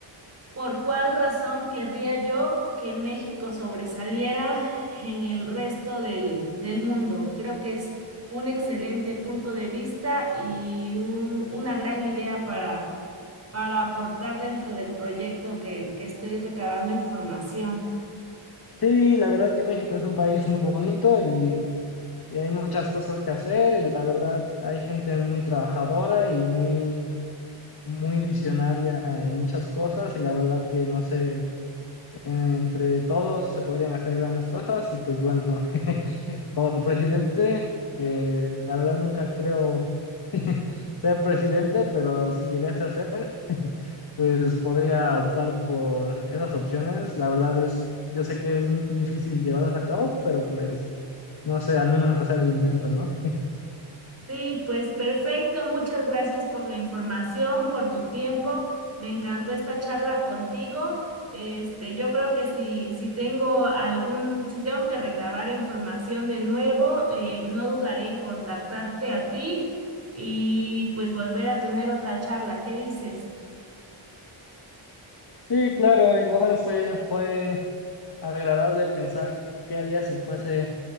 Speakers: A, on the right; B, on the left.
A: ¿Por cuál razón querría yo que México sobresaliera en el resto del, del mundo? Creo que es un excelente punto de vista y un- una gran idea para, para aportar dentro del proyecto que, que estoy recabando información.
B: Sí, la verdad que México es un país muy bonito y hay muchas cosas que hacer y la verdad hay gente muy trabajadora y muy, muy visionaria en muchas cosas y la verdad que no sé, entre todos se podrían hacer grandes cosas y pues bueno, <laughs> como presidente, que la verdad nunca creo <laughs> ser presidente, pero si llegase a ser, <laughs> pues podría optar por esas opciones. La verdad es, yo sé que es muy difícil llevarlas a cabo, pero pues no sé, al menos hacer el intento, ¿no?
A: Sí, pues perfecto. Muchas gracias por la información, por tu tiempo. Me encantó esta charla contigo. Este, yo creo que si, si tengo algún, si tengo que recabar información de nuevo, eh, no dudaré en contactarte a ti y pues volver a tener otra charla. ¿Qué dices?
B: Sí, claro, igual fue, fue agradable pensar qué haría si fuese,